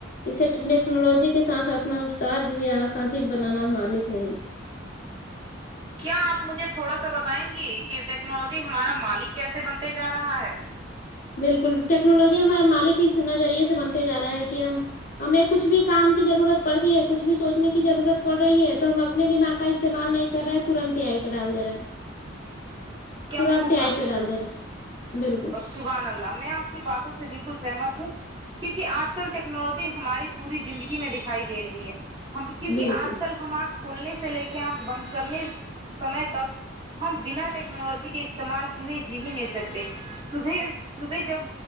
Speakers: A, on the left; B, on the right.
A: اسے ٹیکنالوجی کے ساتھ اپنا استاد یا ساتھی بنانا مالک نہیں
B: کیا آپ مجھے تھوڑا سا بتائیں گے کہ ٹیکنالوجی ہمارا مالک کیسے بنتے جا رہا ہے
A: بالکل ٹیکنالوجی ہمارے مالک اس نظریے سے بنتے جا رہا ہے کہ ہم ہمیں کچھ بھی کام کی ضرورت پڑتیی ہے کچھ بھی سوچنے کی ضرورت پڑ رہی ہے تو ہم اپنے دماغ کا استعمال نہیں کر رہے ہیں ترنت اے ای پہ ڈال دے رہے ہیں
B: کیا
A: ترنت
B: خوب
A: ہی آے آی پہ ڈال دے رہے بالکل
B: سبحان اللہ میں آپ کی باتوں سے بالکل سہمت ہوں کیونکہ آج کل ٹیکنالوجی ہماری پوری زندگی میں دکھائی دے رہی ہے ہم کیونکہ
A: بالکل
B: آج کل ہمار کھولنے سے لے کے آنکھ بند کرنے سمے تک ہم بنا ٹیک ٹیکنالوجی کے استعمال کی ہوئے جی ہی نہیں صبح سکتے صبح جب